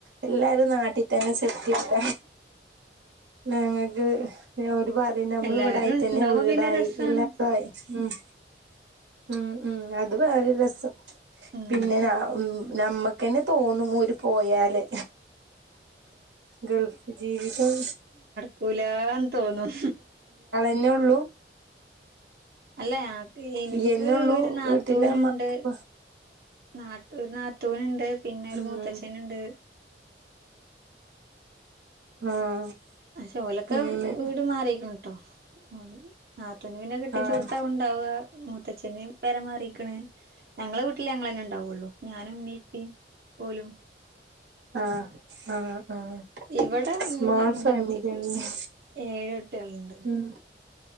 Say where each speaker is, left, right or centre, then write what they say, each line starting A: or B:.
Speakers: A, on the right; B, on the right.
A: എല്ലാരും നാട്ടിത്തന്നെ സെറ്റിൽഡ ഞങ്ങക്ക് പിന്നെ ഓര് പറേം നമ്മള്
B: എല്ലാരും
A: ഇവിടായിട്ടന്നെ
B: ഉണ്ടാവുമ്പോ
A: വീടായി
B: പിന്നെ രസാണ്
A: എല്ലാതും ആയി ഉം- ഉം ഉം അത് വേറെരു രസം
B: ഉം
A: പിന്നെ ഞ ഉം. നമ്മക്കെന്നെ തോന്നും ഓര് പോയാല് ഗൾഫ് ജീവിതം
B: പൂലാന്ന് തോന്നും
A: ന്നെള്ളൂ?
B: അല്ല ഞക്ക് ഇന്ക്ക്
A: ഇയ്യന്നെ ഉള്ളൂ
B: ഒരു നാത്തൂനുണ്ട്.
A: വീട്ടിലെ അമ്മക്ക്
B: നാട്ടു ഒരു നാത്തൂന്ണ്ട് പിന്നെ ഒരു
A: ഉം
B: മൂത്തച്ഛന്ണ്ട്.
A: ആഹ്.
B: പക്ഷെ ഓലൊക്കെ
A: അങ്ങനെ
B: വീട് മാറീക്ക്ണ് ട്ടോ ഒ നാത്തൂന് പിന്നെ കെട്ടിച്ചോടത്താവും
A: ആഹ്
B: ണ്ടാവാ മൂത്തച്ഛന് പെരമാറിക്ക്ണ്. ഞങ്ങളെ വീട്ടില് ഞങ്ങളന്നെ ണ്ടാവുള്ളൂ ഞാനും ഇമ്മീം ഇപ്പിം ഓലും
A: ആഹ് ആഹ് ആഹ്
B: ഇവടെ
A: സ്മാൾ
B: ന്റെ
A: ഫാമിലിയാണല്ലേ
B: ഇമ്മച്ചിക്ക് ഏഴ് കുട്ട്യാളുണ്ട്
A: ഉം